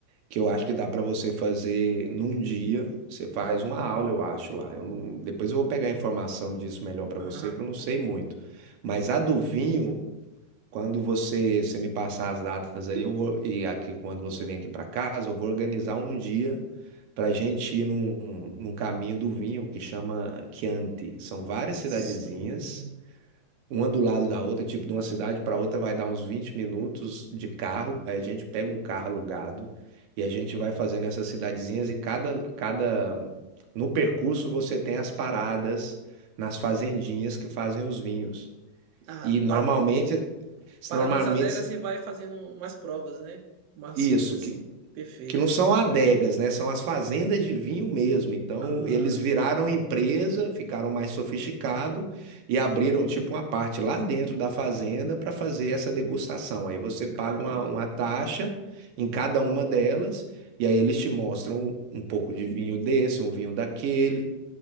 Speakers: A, on the right (about 65°); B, on the right (about 80°).
A: que eu acho que dá para você fazer num dia. Você faz uma aula, eu acho lá. Eu não- depois eu vou pegar a informação disso melhor para
B: Aham.
A: você, que eu não sei muito. Mas a do vinho, quando você, você me passar as datas aí, eu vou e aqui quando você vem aqui para casa, eu vou organizar um dia para a gente ir num, num caminho do vinho que chama Chianti. São várias cidadezinhas.
B: Sim.
A: Uma do lado da outra, tipo, de uma cidade para outra vai dar uns 20 minutos de carro. Aí a gente pega um carro alugado e a gente vai fazendo essas cidadezinhas e cada, cada... No percurso você tem as paradas nas fazendinhas que fazem os vinhos.
B: Ah,
A: E normalmente,
B: Para
A: normalmente
B: nas adegas e vai fazendo umas provas, né? Umas
A: isso,
B: coisas assim.
A: que
B: Perfeito.
A: que não são adegas, né? São as fazendas de vinho mesmo. Então,
B: Ah,
A: eles viraram empresa, ficaram mais sofisticado e abriram tipo uma parte lá dentro da fazenda para fazer essa degustação. Aí você paga
B: caramba.
A: uma, uma taxa em cada uma delas e aí eles te mostram um pouco de vinho desse, um vinho daquele.